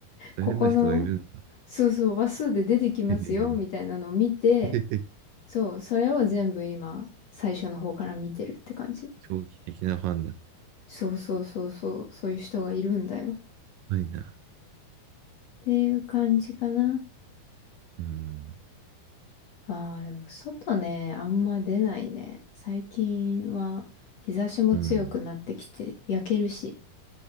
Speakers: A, on the right; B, on the left.
A: 大変な人がいるんだ。
B: ここの、そうそう、話数で出てきますよ、
A: へへ
B: みたいなのを見て、
A: へへ
B: そう、それを全部今、最初の方から見てるって感じ。
A: <laughs> 長期的なファンだ。
B: そうそうそうそう、そういう人がいるんだよ。っ
A: ないな。
B: ていう感じかな。
A: うん。
B: ああ、でも外ね、あんま出ないね。最近は日差しも強くなってきて、
A: うん。
B: 焼けるし。